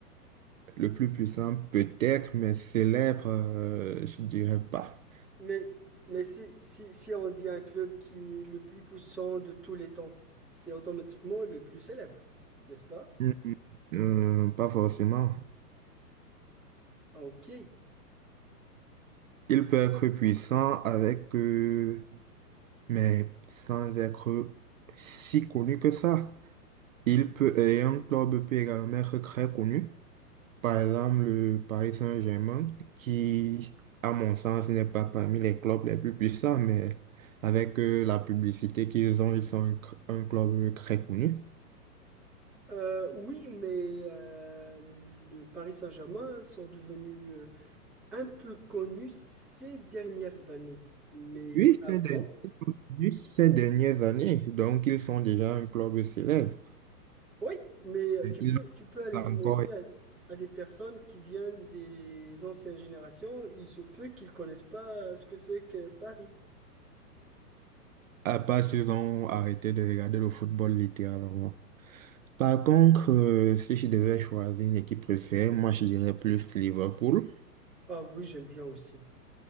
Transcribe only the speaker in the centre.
Mais, mais si, si, si on dit un club qui est le plus puissant de tous les temps, c'est automatiquement le plus célèbre, n'est-ce pas?
Ah, ok.
Euh, oui, mais euh, le Paris Saint-Germain sont devenus euh, un peu connus ces dernières années. Mais
avant,
oui, mais
tu peux, tu peux
aller demander
à, à des personnes qui viennent des anciennes générations, il se peut qu'ils connaissent pas ce que c'est que Paris.
Ah oui, j'aime bien aussi.